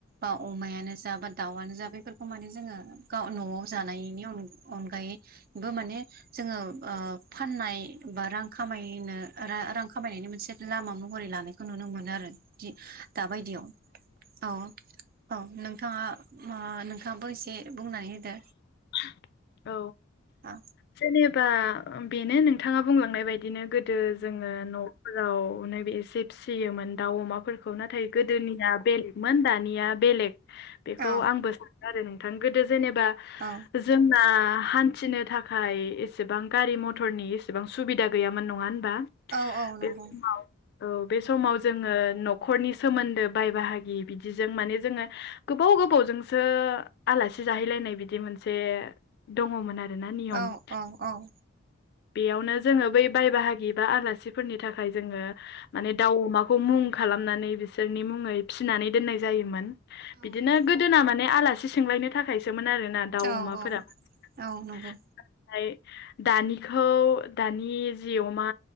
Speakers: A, on the right (about 45°); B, on the left (about 55°).
A: ओ अमायानो जा बा दाउआनो जा बेफोरखौ माने जोंङो गाव न'आव जानायनि अन-अनगायै बो माने जोंङो ओ फाननाय बा रां खामायनो ओ रा-रां खामायनायनि मोनसे लामा महरै लानाय खौ नुनो मोनो आरो दि दाबायदियाव औ औ नोंथाङा ओ नोंथांङाबो इसे बुंनानै होदो
B: औ
A: औ
B: जेनेबा बेनो नोंथांङा बुंलांनाय बायदिनो गो दो जोंङो न'फोराव नो एसे फिसियोमोन दाउ अमाफोर खौ नाथाय गोदोनिया बेलेगमोन दानिया बेलेग बेखौ
A: औ
B: आंबो आरो नोंथां गोदो जेनेबा
A: औ
B: जोंना हान्थिनो थाखाय एसेबां गारि मथरनि एसेबां सुबिदा गैयामोन नंङा होनबा
A: औ औ नंगौ
B: बे समाव औ बे समाव जोङो न'खरनि सोमोन्दो बाय बाहागि बिदिजों माने जोङो गोबाव गोबावजोंसो आलासि जाहैलायनाय बिदि मोन जे दङमोन आरोना नियम
A: औ औ औ
B: बेयावनो जोङो बै बाय बाहागि बा आलासिफोरनि थाखाय जोङो माने दाउ अमाखौ मुं खालामनानै बिसोरनि मुङै फिसिनानै दोननाय जायोमोन।
A: औ
B: बिदिनो
A: औ
B: गोदोना माने आलासि सोंलायनो थाखायसोमोन आरोना दाउ
A: औ
B: अमाफोरा ओमफ्राय
A: औ नंगौ
B: दानि खौ दानि जि अमा